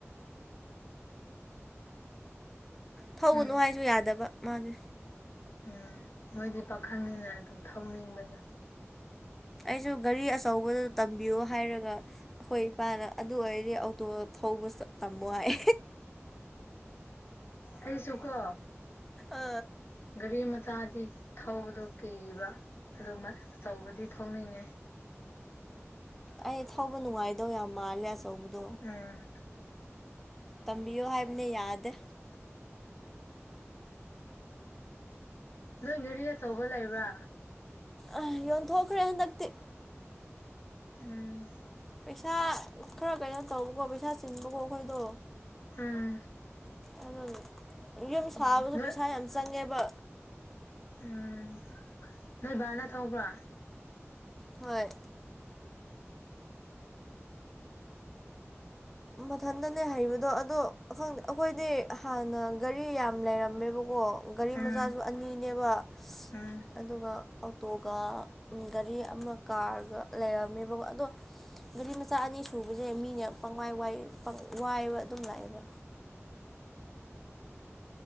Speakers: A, in the centre; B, on the left (about 55°).
A: ꯊꯧꯒꯅꯨ
B: ꯎꯝ
A: ꯍꯥꯏꯁꯨ ꯌꯥꯗꯕ ꯃꯥꯗꯤ
B: ꯎꯝ ꯃꯣꯏꯗꯤ ꯄꯥꯈꯪꯅꯤꯅ ꯑꯗꯨꯝ ꯊꯧꯅꯤꯡꯕꯅꯤ
A: ꯑꯩꯖꯨ ꯒꯥꯔꯤ ꯑꯆꯧꯕꯗꯨ ꯇꯝꯕꯤꯌꯣ ꯍꯥꯏꯔꯒ ꯑꯩꯈꯣꯏ ꯏꯄꯥꯅ ꯑꯗꯨ ꯑꯣꯏꯔꯗꯤ ꯑꯧꯇꯣ ꯊꯧꯕ ꯇꯝꯃꯣ ꯍꯥꯏ
B: ꯑꯗꯨꯁꯨ ꯀꯣ
A: ꯑ
B: ꯒꯥꯔꯤ ꯃꯆꯥꯗꯤ ꯊꯧꯕꯗꯣ ꯀꯤꯕ ꯑꯗꯨꯃꯥ ꯑꯆꯧꯕꯗꯤ ꯊꯧꯅꯤꯡꯉꯦ
A: ꯑꯩ ꯊꯧꯕ ꯅꯨꯡꯉꯥꯏꯗꯧ ꯌꯥꯝ ꯃꯥꯜꯂꯦ ꯑꯆꯧꯕꯗꯣ
B: ꯎꯝ
A: ꯇꯝꯕꯤꯌꯣ ꯍꯥꯏꯕꯅꯦ ꯌꯥꯗꯦ
B: ꯅꯣꯏ ꯒꯥꯔꯤ ꯑꯆꯧꯕ ꯂꯩꯕ꯭ꯔꯥ
A: ꯑ ꯌꯣꯟꯊꯣꯛꯈ꯭ꯔꯦ ꯍꯟꯗꯛꯇꯤ
B: ꯎꯝ
A: ꯄꯩꯁꯥ ꯈꯔ ꯀꯩꯅꯣ ꯇꯧꯕꯀꯣ ꯄꯩꯁꯥ ꯆꯤꯟꯕꯀꯣ ꯑꯩꯈꯣꯏꯗꯣ
B: ꯎꯝ
A: ꯑꯗꯨꯒꯤ ꯌꯨꯝ ꯁꯥꯕꯗꯣ
B: ꯎꯝ ꯅꯣꯏ
A: ꯄꯩꯁꯥ ꯌꯥꯝ ꯆꯪꯉꯦꯕ
B: ꯎꯝ ꯅꯣꯏꯕꯥꯅ ꯊꯧꯕ꯭ꯔꯥ
A: ꯍꯣꯏ ꯃꯊꯟꯗꯅꯦ ꯍꯩꯕꯗꯣ ꯑꯗꯣ ꯈꯪꯗꯦ ꯑꯩꯈꯣꯏꯗꯤ ꯍꯥꯟꯅ ꯒꯥꯔꯤ ꯌꯥꯝ ꯂꯩꯔꯝꯃꯦꯕꯀꯣ ꯒꯥꯔꯤ
B: ꯎꯝ
A: ꯃꯆꯥꯁꯨ ꯑꯅꯤꯅꯦꯕ
B: ꯎꯝ
A: ꯑꯗꯨꯒ ꯑꯣꯇꯣꯒ ꯒꯥꯔꯤ ꯑꯃ ꯀꯥꯔꯒ ꯂꯩꯔꯝꯃꯦꯕꯀꯣ ꯑꯗꯣ ꯒꯥꯔꯤ ꯃꯆꯥ ꯑꯅꯤ ꯁꯨꯕꯖꯦ ꯃꯤꯅ ꯄꯪꯋꯥꯏ ꯋꯥꯏ ꯋꯥꯏꯕ ꯑꯗꯨꯝ ꯂꯥꯛꯑꯦꯕ